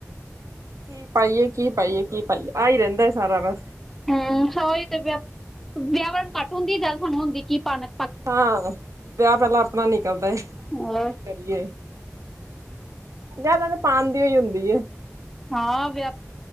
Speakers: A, on the right; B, in the centre.
A: ਕੀ ਪਾਈਏ ਕੀ ਪਾਈਏ ਕੀ ਪਾਈਏ ਆ ਹੀ ਰਹਿੰਦਾ ਸਾਰਾ ਬਸ,
B: ਹੂੰ ਔਹੀ ਤੇ ਵਿ ਵਿਆਹ ਵੱਲ ਘੱਟ ਹੁੰਦੀ ਐ ਜਾਦਾ ਸਾਨੂੰ ਹੁੰਦੀ ਕਿ ਪਾਨਾ?
A: ਹਾਂ ਵਿਆਹ ਪਹਿਲਾਂ ਆਪਣਾ ਨਿਕਲਦਾ ਕੀ
B: ਹੋਰ
A: ਕਰੀਏ, ਜਿਆਦਾ ਤਾਂ ਪਾਣ ਦੀ ਈ ਹੁੰਦੀ ਐ।
B: ਹਾਂ ਵਿ